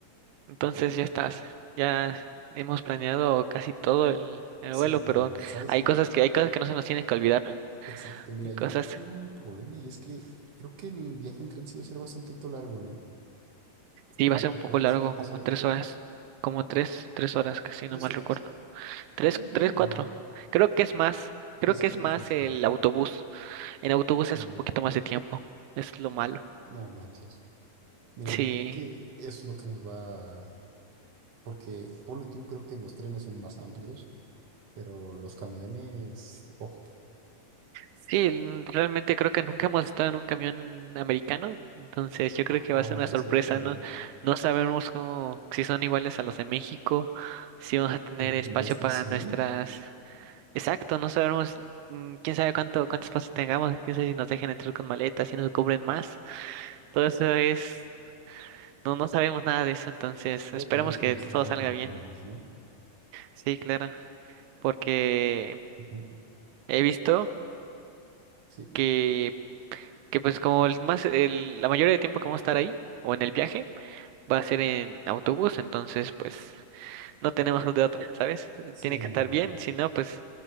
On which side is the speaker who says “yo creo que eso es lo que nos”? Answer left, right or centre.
Right